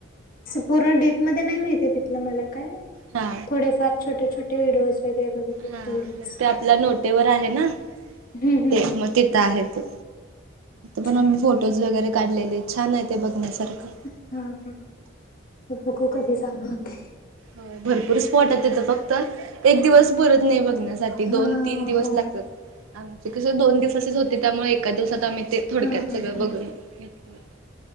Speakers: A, on the left (about 45°); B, on the right (about 85°).
A: पूर्ण डीप मध्ये नाही माहिती तिथलं मला काय
B: हा
A: थोडेफार छोटे छोटे व्हडिओ वगैरे बघितले
B: हा
A: तेवढच
B: मग ते आपल्या नोटेवर आहे ना
A: हम्म हम्म
B: ते
A: हम्म
B: मग तिथं आहे ते
A: अच्छा
B: पण आम्ही फोटोज वगैरे काढलेले छान आहे ते बघण्यासारखं
A: हा हा तू बकू कधी ग न होत <unintelligible>
B: हो भरपूर स्पॉट आहे तिथं फक्त एक दिवस भरत नाही बघण्यास
A: हा
B: दोन तीन दिवस
A: हो
B: लागतात आमची कशी दोन दिवसची होती त्यामुळे एका दिवसात आम्ही ते थोडक्यात
A: हा हा
B: सगळं बघून घेतलं होत.